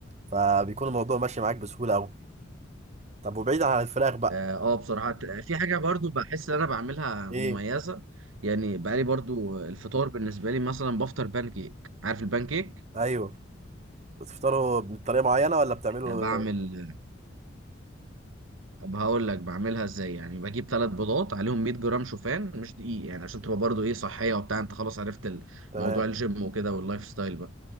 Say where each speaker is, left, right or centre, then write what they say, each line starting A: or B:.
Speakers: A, on the right (about 35°); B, on the right (about 90°).
A: فبيكون الموضوع ماشي معاك بسهوله قوي طب وبعيد عن الفراخ بقى
B: اه آه، بصراحه ت- في حاجه برضو بحس ان انا بعملها
A: ايه
B: مميزه يعني بقالي برضو الفطار بالنسبه لي مثلا بفطر بان كيك عارف البان كيك
A: ايوه بتفطروا بطريقه معينه ولا بتعملوا
B: آه، بعمل طب هقول لك بعملها ازاي يعني بجيب ثلاث بيضات عليهم 100 جرام شوفان مش دقيق يعني عشان تبقى برضو ايه صحيه وبتاع انت خلاص عرفت ال-
A: تمام
B: موضوع الجيم وكده واللايف ستايل بقى